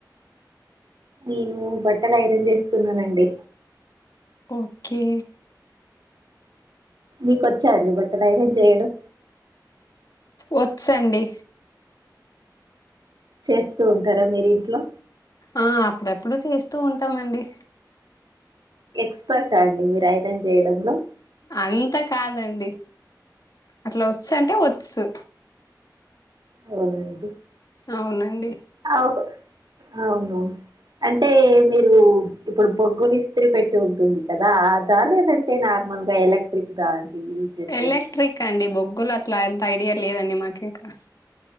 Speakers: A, on the right; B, on the left.
A: నేను బట్టలు ఐరన్ చేస్తున్నానండి.
B: ఓకే.
A: మీకు వచ్చా అండి బుట్టలు ఐరన్ చేయడం.
B: వచ్చండి.
A: చేస్తూ ఉంటరా మీరు ఇంట్లో.
B: ఆ అప్పుడప్పుడు చేస్తూ ఉంటమండి.
A: ఎక్స్పర్టా అండి మీరు ఐరాన్ చేయడంలో.
B: అంతా కాదండి అట్ల వచ్చు అంటే వచ్చు.
A: అవునండి.
B: అవునండి.
A: అవు అవును. అంటే మీరు ఇప్పుడు బొగ్గులు ఇస్త్రి పెట్టి ఉంటుంది కదా దాన్నే పెడి ట్టి నార్మల్గా ఎలక్ట్రిక్దా అండి. చేసేది
B: ఎలక్ట్రిక్ అండి బొగ్గులు అట్లా అంత ఐడియా లేదండి మాకు ఇంకా.